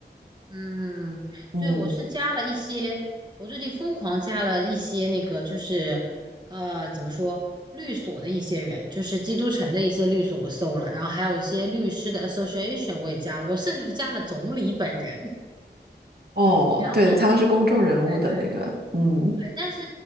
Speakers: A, on the right (about 25°); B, on the right (about 60°).
A: 嗯，
B: 嗯。
A: 对，我是加了一些，我最近疯狂加了一些那个，就是呃，怎么说，律所的一些人，就是基督城的一些律所，我搜了，然后还有一些律师的 association 我也加了，我甚至是加了总理本人。<laughs>
B: 哦，
A: 然后，
B: 对，他们是公众人物的那个，
A: 对对
B: 嗯，
A: 对，但是